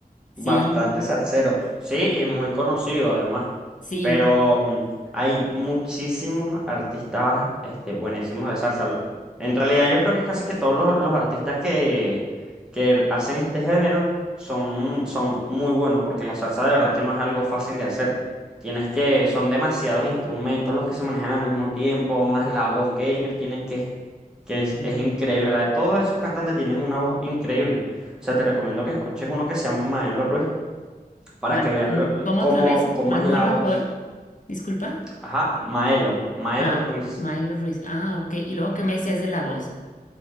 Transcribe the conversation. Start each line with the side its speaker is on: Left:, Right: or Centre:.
Left: Sí,
Centre: Bastante salsero. Sí, y muy conocido además.
Left: sí.
Centre: Pero mm, hay muchísimos artistas este, buenísimos de salsa. Lo- En realidad yo creo que casi que todos los, los artistas que, que hacen este género son, son muy buenos porque la salsa de verdad que no es algo fácil de hacer. Tienes que, son demasiados instrumentos los que se manejan al mismo tiempo, más la voz que ellos tienen que es que es,
Left: Ujú.
Centre: es increíble. La de todos esos cantantes tienen una voz increíble. O sea, te recomiendo que escuches uno que se llama Maelo Ruiz para
Left: Vale.
Centre: que veas
Left: mm,
Centre: lo-
Left: ¿Cómo
Centre: cómo,
Left: otra vez?
Centre: cómo
Left: Manuel
Centre: es la voz.
Left: Roy disculpa.
Centre: Ajá, Maelo, Maelo
Left: Ah,
Centre: Ruiz.
Left: Milo Ruiz. Ah, ok. ¿Y luego qué me decías de la voz?